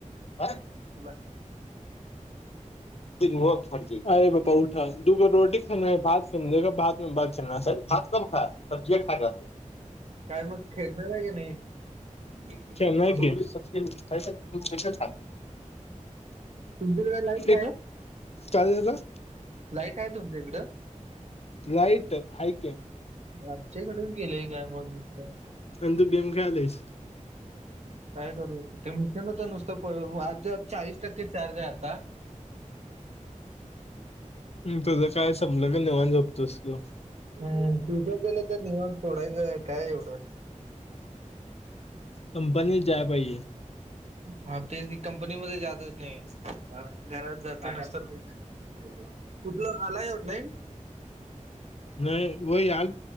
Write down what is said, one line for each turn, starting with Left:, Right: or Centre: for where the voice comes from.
Left: आा.
Right: बवा
Left: मु फडी बापा उठा. दुगो रोटी खा आहे भात ख भाते बाग खे भात कब खा सबजी खा ख तू
Right: काय मग खेळणार आहे की नाही, रीकामा
Left: खेलना
Right: आहे,
Left: है गेम सब्जी खाई सर तू बेटा खा
Right: तुमचीक लाईट
Left: एक
Right: आहे.
Left: काय झालं
Right: लाईट आहे तुमच इकड
Left: लाईट हयकिंग
Right: आमच्याकडेच गेलंय काय मग नुसत,
Left: आणि तु गेम ख्यालीस
Right: काय करू होतं ते मिशनच नुसतं आज चाळीस टक्के चार्ज आहे आता <inaudible>
Left: तुझं काय संपलं क नाहीेव जबतोस तू, <unintelligible>
Right: हम् तिच्यार गेलं तर नियम सोडायचंय काय एवढं
Left: कंपनी जाय पाये,
Right: हा तेच कंपनी मध्ये जातच नाही घरात जात नसतक कुठलं आला ए नाही
Left: नाही वही हल,